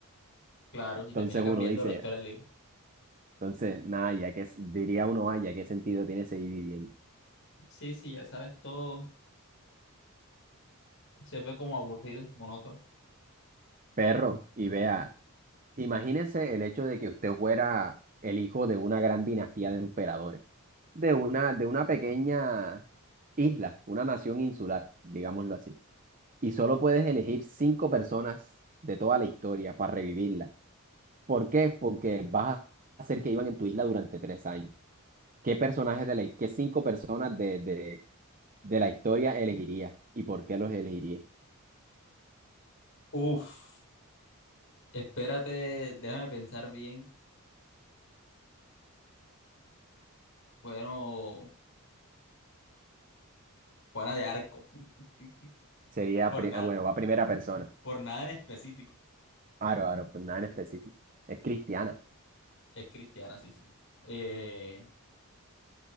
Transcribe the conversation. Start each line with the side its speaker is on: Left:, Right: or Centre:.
Left: Claro, y termina
Right: Entonces
Left: cambiando
Right: uno dice,
Left: la historia del libro.
Right: entonces, nada, ya que diría uno, ah, ya qué sentido tiene seguir viviendo.
Left: Sí, sí, ya sabes, todo se ve como aburrido, monótono.
Right: Perro, y vea, imagínese el hecho de que usted fuera el hijo de una gran dinastía de emperadores, de una, de una pequeña isla, una nación insular, digámoslo así. y solo puedes elegir cinco personas de toda la historia para revivirla. ¿Por qué? Porque vas a hacer que iban en tu isla durante tres años. ¿Qué personajes de la, qué cinco personas de, de, de la historia elegirías y por qué los elegirías?
Left: Uf. Espérate, déjame pensar bien. Bueno, Juana de Arco, <laughs>
Right: Sería,
Left: por
Right: pri-
Left: nada,
Right: ah, bueno, va primera persona.
Left: por nada en específico.
Right: Aro, aro, pues nada en específico. Es cristiana.
Left: Es cristiana, sí, sí. Eh,